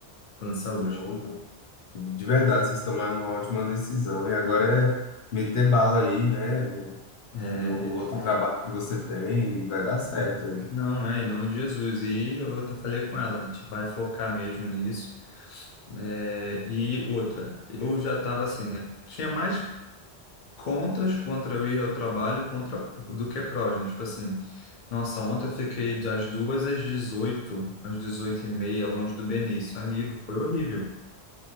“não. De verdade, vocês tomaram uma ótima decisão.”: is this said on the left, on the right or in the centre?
Left